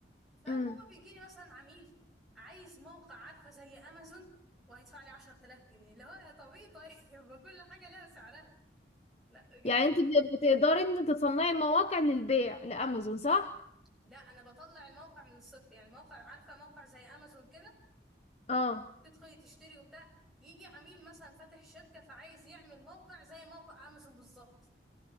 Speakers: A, in the centre; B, on the left.
A: فالمهم
B: أمم.
A: بيجي لي مثلا عميل عايز موقع عارفة زي أمازون وهيدفع لي 10000 جنيه اللي هو يا طبيعي طيب <laughs> ما كل حاجة لها سعرها لا بجد
B: يعني انت بت- بتقدري ان انت تصنعي مواقع للبيع لامازون صح
A: لا انا بطلع الموقع من الصفر يعني موقع عارفه موقع زي امازون كده
B: اه
A: تدخلي تشتري وبتاع يجي عميل مثلا فاتح شركه فعايز يعمل موقع زي موقع امازون بالظبط